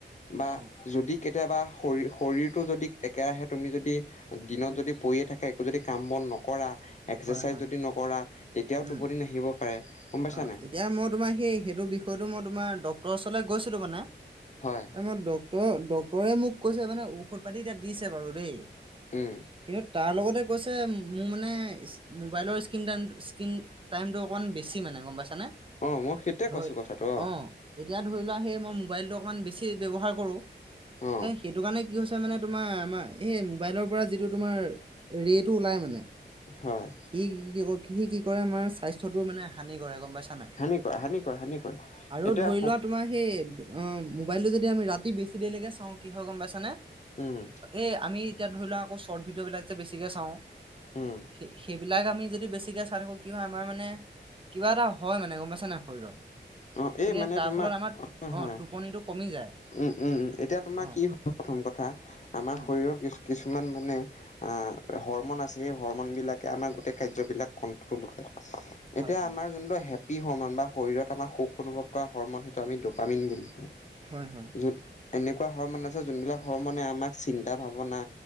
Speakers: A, on the left; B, on the right.
A: বা
B: অ
A: যদি কেতিয়াবা শৰ-শৰীৰতটো যদি একেৰাহে তুমি যদি দিনত
B: উম
A: যদি পৰিয়ে থাকা, একো যদি কাম বন নকৰা, এক্সাৰচাইজ
B: হয় হয়
A: যদি নকৰা, তেতিয়াও টোপনি
B: উম
A: নাহিব পাৰে। গম পাইছা
B: অ,
A: নাই
B: এতিয়া মই তোমাৰ সেই-সেইটো বিষয়টো মই তোমাৰ ডক্টৰ ওচৰলৈ গৈছিলো মানে।
A: হয়
B: আ, মই ডক্তৰ ডক্তৰে মোক কৈছে মানে ঔষধ পাতি এতিয়া দিছে বাৰু দেই।
A: উম
B: কিন্তু তাৰ লগতে কৈছে মোৰ মানে মোবাইলৰ স্কিন টাইম স্কিন টাইমতটো অকন বেছি মানে গম পাইছানে?
A: অ মই সেইটোৱে
B: ধ,
A: কৈছো কথাটো
B: অ, এতিয়া ধৰি লোৱা সেই মই ম'বাইলতো অ কমান বেছি ব্যৱহাৰ কৰো,
A: অ
B: সেইটো কাৰণে কি হৈ ছে মানে তোমাৰ আমাৰ এই মোবাইলৰ পৰা যিটো তোমাৰ ৰেইটো ওলাই মানে <unintelligible>
A: হয়
B: সি কি কৰে আমাৰ স্বাস্থ্যতটো মানে হানি কৰে গম পাই
A: হানি কৰে হানি কৰে হানি কৰে
B: আৰু
A: এতিয়া
B: ধৰি
A: সম
B: লোৱা তোমাৰ সেই, অ, ম'বাইলটো যদি আমি ৰাতি বেছি দেৰিলৈকে চাওঁ কি হয় গম পাইছানে?
A: উম
B: এই আমি এতিয়া ধৰি লোৱা আকৌ শৰ্ট ভিডিঅ' বিলাক যে বেছিকে চাওঁ,
A: উম
B: সে-সে বিলাক আমি যদি বেছিকে চাই থাকো কি হয় আমাৰ মানে, কিবা এটা হয় মানে গম পাইছো নাই শৰীৰত।
A: অ
B: গতিকে
A: এই মানে
B: তাৰ
A: তোমাৰ
B: ফলত আমাৰ, অ,
A: হয়
B: টোপনিটো কমি যায়।
A: উম, উম, এতিয়া তোমাৰ
B: অঁ
A: কি হয় প্ৰথম কথা, আমাৰ
B: উম
A: শৰীৰত কি-কিছু কিমান মানে আহ, হৰমন আছে সেই হৰমন বিলাকে আমাৰ গোটেই কাৰ্যবলাক কন্ট্ৰল কৰে। এতিয়া
B: হয় হয়
A: আমাৰ যোনটো হেপি হৰমন, বা শৰীৰত আমাৰ সুখ অনুভৱ কৰা হৰ্মন সেইটো আমি দ'পামিন বুলি কওঁ।
B: হয়, হয়,
A: যোন এনেকুৱা হৰ্মন আছে, যোনবিলাক হৰমনে আমাক চিন্তা ভাৱনা,